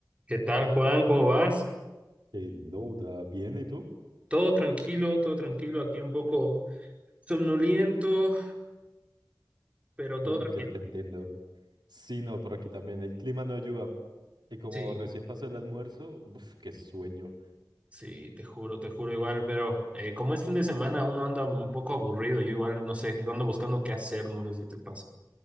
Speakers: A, on the right (about 15°); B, on the right (about 85°).
A: ¿Qué tal, Juan? ¿Cómo vas?
B: Eh, Louda, bien, ¿y tú?
A: Todo tranquilo, todo tranquilo. Aquí un poco somnoliento, pero
B: Uy,
A: todo tranquilo.
B: ya te entiendo. Sí, no, por aquí también el clima no ayuda. Y como
A: Sí,
B: recién pasó el almuerzo, uf, qué sueño.
A: sí, te juro, te juro igual, pero eh, como es fin de semana, uno anda un poco aburrido. Yo igual, no sé, ando buscando qué hacer, no sé si te pasa.